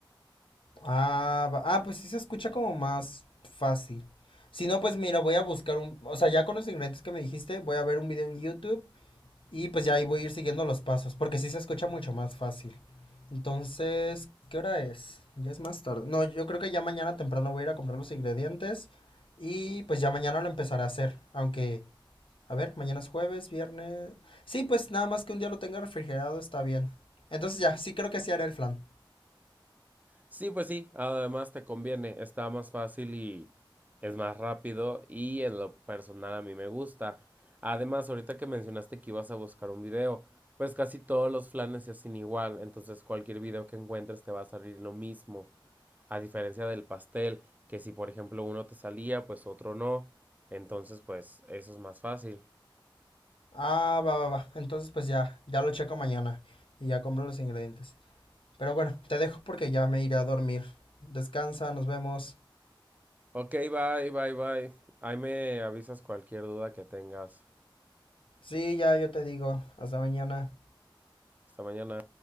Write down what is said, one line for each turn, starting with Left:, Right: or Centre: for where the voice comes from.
Left: Ah, va- ah, pues sí se escucha como más fácil. Si no, pues mira, voy a buscar un... O sea, ya con los ingredientes que me dijiste, voy a ver un video en YouTube Y pues ya ahí voy a ir siguiendo los pasos, porque sí se escucha mucho más fácil. Entonces, ¿qué hora es? Ya es más tarde. No, yo creo que ya mañana temprano voy a ir a comprar los ingredientes y pues ya mañana lo empezaré a hacer, aunque, a ver, mañana es jueves, viernes. Sí, pues nada más que un día lo tenga refrigerado está bien. Entonces ya, sí creo que sí haré el flan.
Right: Sí, pues sí, además te conviene, está más fácil y es más rápido y en lo personal a mí me gusta. Además, ahorita que mencionaste que ibas a buscar un video, pues casi todos los flanes se hacen igual, entonces cualquier video que encuentres te va a salir lo mismo. A diferencia del pastel, que si por ejemplo uno te salía, pues otro no. Entonces, pues eso es más fácil.
Left: Ah, va, va, va. Entonces pues ya, ya lo checo mañana y ya compro los ingredientes. Pero bueno, te dejo porque ya me iré a dormir. Descansa, nos vemos.
Right: Ok, bye, bye, bye. Ahí me avisas cualquier duda que tengas.
Left: Sí, ya yo te digo. Hasta mañana.
Right: Hasta mañana.